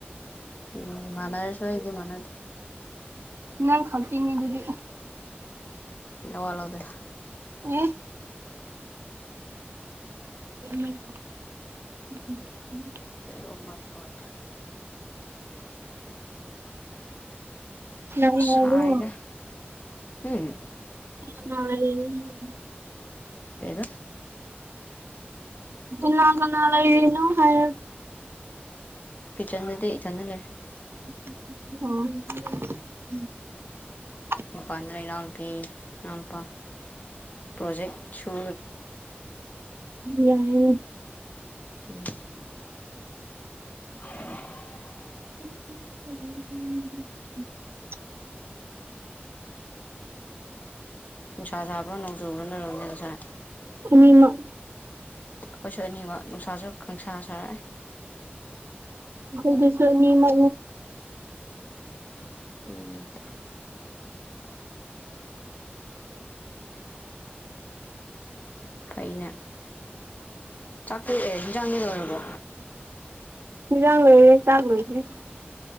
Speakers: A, on the left; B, on the right.
A: ꯎꯝ ꯃꯅꯥ ꯔꯁꯨ ꯏꯗꯦ ꯃꯅꯦꯗꯤ
B: ꯅꯪ ꯈꯛꯇꯤꯅꯤ ꯑꯗꯨꯗꯤ
A: ꯋꯥꯂꯗ
B: ꯎꯝ ꯎꯝ
A: ꯀꯩ ꯃꯔ ꯈꯠ
B: ꯅꯪꯅꯕꯨ
A: ꯍꯥꯏꯒ ꯎꯝ
B: <unintelligible>
A: ꯀꯗ
B: ꯀꯅꯥ ꯀꯅꯥ ꯂꯩꯔꯤꯅꯣ ꯍꯥꯏ
A: ꯀꯤꯆꯟ ꯃꯗꯤ ꯆꯅꯂꯦ
B: ꯍ
A: ꯏꯄꯥꯗ꯭ꯔ ꯏꯅꯥꯎꯂꯄꯤꯎꯂꯄꯥ ꯄ꯭ꯔꯣꯖꯦꯛꯦꯛ ꯁ
B: ꯌꯥꯏ
A: ꯎꯝ <unintelligible>
B: <unintelligible>
A: ꯎꯁꯥ ꯁꯥꯕꯔꯣ ꯅꯣꯡ ꯆꯣꯅꯦ ꯑꯗꯨꯁꯥ
B: ꯑꯅꯤꯃꯛ
A: ꯑꯩꯈꯣꯏꯁꯨ ꯑꯅꯤꯃꯛ ꯅꯨꯡꯁꯥꯁꯨ ꯈꯪꯁꯥ ꯁꯥꯔꯛꯑꯦ
B: ꯍꯗ ꯁꯅꯤꯃ
A: ꯎꯝ ꯐꯩꯅ ꯆꯥꯛꯇꯑꯦ ꯍꯟꯖꯥꯡꯅꯤ ꯂꯣꯏꯔꯕꯣ
B: ꯃꯔꯥꯡ ꯂꯩꯅꯦ ꯆꯥꯛ ꯂꯣꯏꯗꯔꯤ